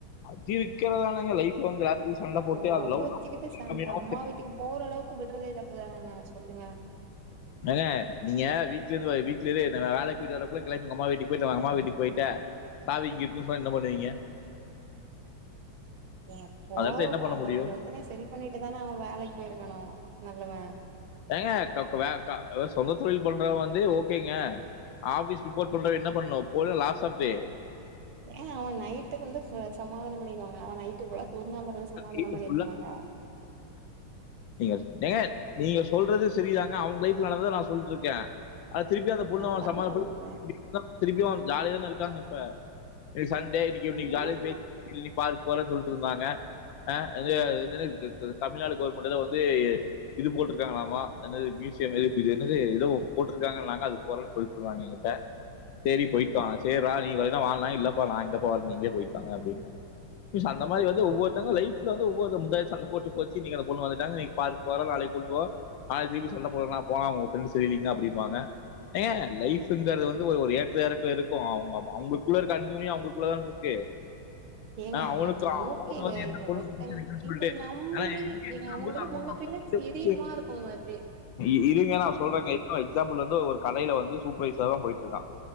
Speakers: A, on the left; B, on the right.
A: அப்டிக்கிறதானேங்க லைஃப்ல வந்து எல்லாத்துக்கு சண்ட போட்டு
B: கோவச்சுக்கிட்டு
A: அது லவ்
B: சண்
A: கம்மியாவம
B: அம்மா வீட்டுக்கு போற அளவுக்கு விட்றதே தப்பு தானங்க சொல்லுங்க
A: ஏங்க நீங்க வீட்லருந்து வீட்ல இரு நா வேலைக்கு போயிட்டு வரக்குள்ள கெளம்பி உங்க அம்மா வீட்டுக்கு போயிட்டு வாங் அம்மா வீட்டுக்கு போயிட்ட சாவி இங்க இருக்குனு சொன்ன என்ன பண்ணுவீங்க
B: ஏங்க போவ
A: அந்த இடத்துல என்ன பண்ண
B: அந்த
A: முடியும்
B: மாரி பிரச்சனைய செரி பண்ணிட்டு தானே அவன் வேலைக்கு போயிருக்கணும் நல்லவன்
A: ஏங்க கக்கு வ சொந்த தொழில் பண்றவ வந்து ஓகேங்க ஆபிஸ் ரிப்போர்ட் பண்ற என்ன பண்ணணும் போலும் லாஸ் ஆஃப் பே
B: ஏங்க அவன் நைட்டுக்கு வந்து சமாதானம் பண்ணிக்கவாங்க அவன் நைட்டு புல்லா தூங்காமருந்து சமாதானம்
A: வீட்டு
B: பண்ணிருக்கனாங்க
A: ஃபுல்லா நீங்க ஏங்க நீங்க சொல்றது செரிதாங்க அவங்க லைஃப்ல நடந்தத நா சொல்ட்டுருக்கே அது திருப்பியு அந்த பொண்ணோ
B: அதுதாங்க
A: சமாதனப்படு
B: சொல்றே
A: திருப்பியும் ஜாலியா தா இருக்காங்க இப்ப இன்க்கு சண்டே இன்னிக்கு இன்னைக்கு
B: ஆமா
A: ஜாலிய பே இனிக் பார்க் போறே சொல்ட்டு இருந்தாங்க ஆ இது தமிழ்நாடு கவர்மெண்ட்ல வந்து இது போட்ருக்காங்களாமா என்னது மியூசியம் இது என்னது ஏதோ போட்ருக்காங்க நாங்க அது போறோம்ன்னு சொல்ட்டு இருந்தாங்க என்கிட்ட செரி போயிட்டு வாங்க செர்ரா நீ வரனே வாங்கலா இல்லப்பா நா எங்கப்பா வ நீங்ளே போயிட்டு வாங் அப்டின்னு அந்த மாரி வந்து ஒவ்வொருத்தங்க லைப்ல வந்து ஒவ்வொரு முத சண்ட போட்டு போச்சுனீங்க அந்த பொண்ணு வந்துட்டாங்க இனிக் பார் போற நாளைக்கு கூட்டு நாளைக்கு திருப்பி சண்ட போறா போனா உங்க ஃப்ரெண்ட் செரிலீங்க அப்டின்ம்பாங்க ஏங்க லைஃப்ங்கறது வந்து ஒரு ஒரு ஏற்ற எறக்க இருக்கோம் அவங்க அவங்ளுக்குள்ள இருக்க அந்நியுனியம் அவங்ளுக்குள்ளதானே இருக்கு
B: ஏங்க
A: <inaudible> ஆ அவனுக்கு
B: அது ஓகேங்க
A: அவனு வந்து எந்த
B: இப்ப
A: பொருள்
B: ஒருத்தங்
A: ருக்குன்னு சொல்ட்டு
B: இப்ப நம்பி
A: <unintelligible>
B: ஏங்க அவங்கள முன்ன பின்ன தெரியுமா இருக்குங்க அது
A: <unintelligible> இருங்க நா
B: இப்போ
A: சொல்றேங்க‌ ஒரு சின்ன எக்ஸாம்பிள் வந்து ஒரு கடைல வந்து சூப்பரைசாதா போயிட்ருக்கா